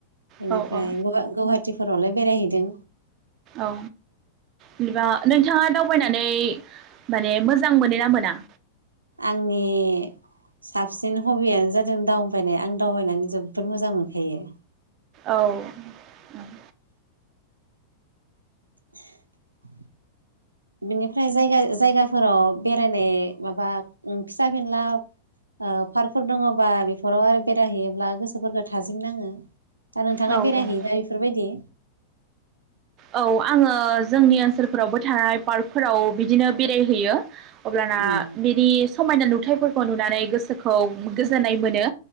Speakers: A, on the right (about 85°); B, on the right (about 35°).
A: बेनिफ्राय
B: औ औ
A: गुवाहाटिफोरावलाय बेरायहै दों।
B: औ बिदिबा नोंथाङा दावबायनानै माने मोजां मोनोना मोना?
A: आंनि साबसिन हबियानो जादों दावबायनाय आं दावबायनानै जोबोद मोजां मोनखायो।
B: औ थां
A: <unintelligible> बेनिफ्राय जायगा जायगाफोराव बे फ्राय ने माबाब उम फिसा फिनलाब ओ पार्कफोर दङबा बेफोराव आरो बेराय हैैयोब्ला गोसोफोरखौ थाजिम नाङो। दा नोंथाङा
B: औ
A: बेरायहैयोना
B: औ
A: बेफोरबायदि?
B: औ आङो जोंनि ओनसोलफोरावबो थानाय पार्कफोराव बिदिनो बेरायहैयो। अब्लाना
A: उम
B: बिरिस समायना नुथायफोरखौ नुनानै गोसोखौ गोजोननाय मोनो।